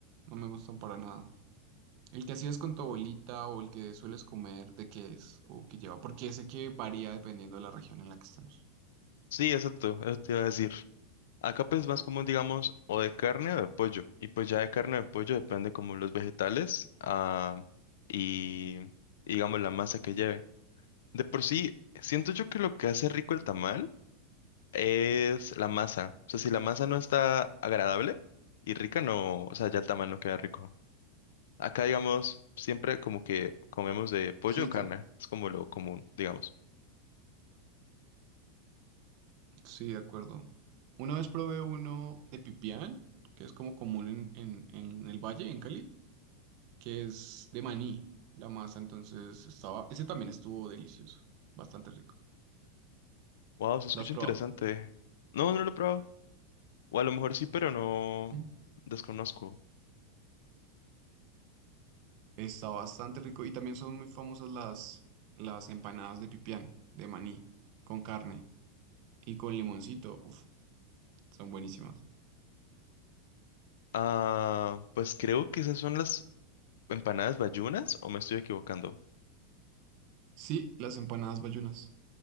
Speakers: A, on the right; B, on the left.
A: no me gustan para nada. El que hacías con tu abuelita o el que sueles comer, ¿de qué es o qué lleva? Porque sé que varía dependiendo de la región en la que estemos.
B: Sí, exacto, eso te iba a decir. Acá pues es más común, digamos, o de carne o de pollo. Y pues ya de carne o de pollo depende como los vegetales ah, y y, digamos la masa que lleve. De por sí, siento yo que lo que hace rico el tamal es la masa. O sea, si la masa no está agradable y rica, no, o sea, ya el tamal no queda rico. Acá, digamos, siempre como que comemos de pollo
A: Sí,
B: o carne.
A: to-
B: Es como lo común, digamos.
A: sí, de acuerdo. Una vez probé uno de pipián, que es como común en, en, en el valle, en Cali, que es de maní, la masa, entonces estaba, ese también estuvo delicioso, bastante rico.
B: Wow, se escucha
A: ¿Lo has probado?
B: interesante. No, no lo he probado. O a lo mejor sí, pero no
A: ¿Mm?
B: desconozco.
A: Está bastante rico y también son muy famosas las, las empanadas de pipián, de maní, con carne y con limoncito, uf, son buenísimas.
B: Ah, pues creo que esas son las empanadas bayunas, o me estoy equivocando.
A: Sí, las empanadas bayunas.